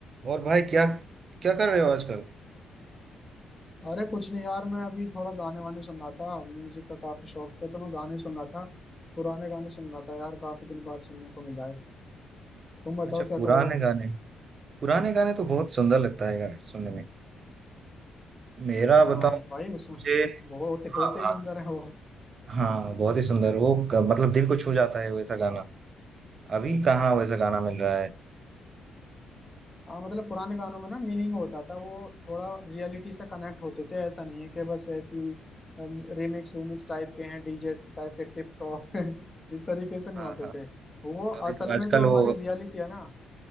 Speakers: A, on the right; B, on the left.
A: और भाई क्या क्या कर रहे हो आजकल
B: अरे कुछ नहीं यार मैं अभी थोड़ा गाने वाने सुन रहा था म्यूजिक का काफी शौक है तो मैं गाने सुन रहा था पुराने गाने सुन रहा था यार काफी दिन बाद सुनने को मिला है तुम बताओ
A: अच्छा
B: क्या
A: पुराने
B: कर रहे हो
A: गाने पुराने गाने तो बहुत सुंदर लगता है यार सुनने में मेरा बताऊं
B: हाँ
A: तो
B: भाई उसमें
A: मुझे
B: वो होते
A: हाँ
B: होते ही
A: हाँ
B: सुंदर है वो
A: हाँ, बहुत ही सुंदर वो क- मतलब दिल को छू जाता है वैसा गाना अभी कहाँ वैसा गाना मिल रहा है
B: हाँ मतलब पुराने गानों में ना मीनिंग होता था वो थोड़ा रियलिटी से कनेक्ट होते थे ऐसा नहीं है कि बस ऐसी रिमिक्स विमिक्स टाइप के हैं डीजे टाइप के टिप टॉप <laughs> इस तरीके से नहीं
A: हाँ
B: होते
A: हाँ
B: थे वो
A: अभी
B: असल
A: तो आजकल
B: में जो
A: वो
B: हमारी रियलिटी है ना